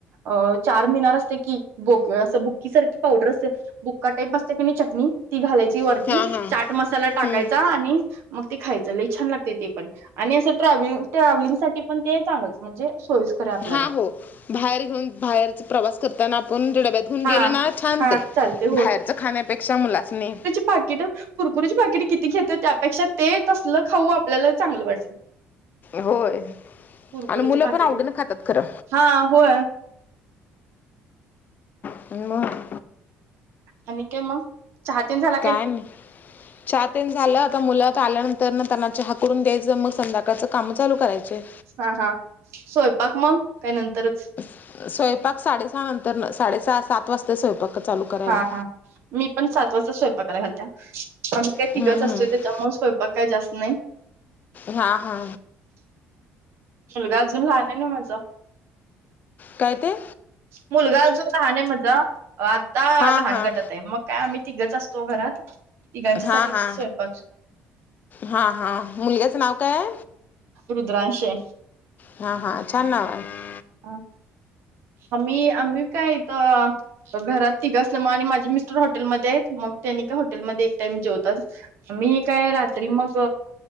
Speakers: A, on the right; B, on the left.
A: अ चार मिनार असते की. बोक असं बुक्की सारखी पावडर अस बुक्का टाईप बसते की नाही चटणी. ती घालायची वरती
B: हा हा
A: चाट मसाला टाकायचा
B: हम्म
A: आणि मग ती खायचं लय छान लागते ते पण आणि असं ट्रॅव्हलिंग साठी पण सोयीस्कर पण ते छान म्हणजे सोयीस्कर आहे आपल्याला
B: हा हो बाहेर घेऊन बाहेर प्रवास करताना आपण डब्यात घेऊन
A: हा
B: गेलो ना छान
A: हा
B: ते.
A: चालते
B: बाहेरच खाण्यापेक्षा मुलासनी.
A: पाकीट कुरकुरीची पाकिट किती घेत त्यापेक्षा ते तसलं खाऊ आपल्याला चांगलं वाटतं.
B: होय
A: कुरकुरीचे
B: आणि मुलं
A: पाकिट
B: पण आवडीन खातात खरं
A: हा होय
B: आणि मग
A: आणि काय मग चहा ते झाला?
B: काय नि चहा तेन झालं आता मुलं तर आल्यानंतर ना त्यांना चहा करून द्यायचं मग संध्याकाळचं काम चालू करायचे.
A: हा हा स्वयंपाक मग काय नंतरच?
B: स्वयंपाक साडेसहा नंतर साडे सहा सात वाजता स्वयंपाक. चालू करायला.
A: हा हा मी पण सात वाजता स्वयंपाकाला घालत पण ते तिघच
B: हम्म
A: असतो.
B: हम्म
A: स्वयंपाक काय जास्त नाही.
B: हा हा
A: मुलगा अजून लहान आहे ना माझा
B: का त
A: मुलगा जो लहान आहे माझा आता
B: हा
A: लहान
B: हा
A: गटत आहे मग काय आम्ही तिघच असतो घरात तिघांच्यासाठी
B: हा हा
A: स्वयंपाक
B: हा हा मुलग्याचं नाव कायय
A: रुद्रांशे
B: हा हा छान नाव आहे
A: ह आम्ही आम्ही काय तर घरात तिघच असल्यामुळ आणि माझे मिस्टर हॉटेलमध्ये आहेत मग त्यांनी का हॉटेलमध्ये एक टाइम जेवताात मी काय रात्री मग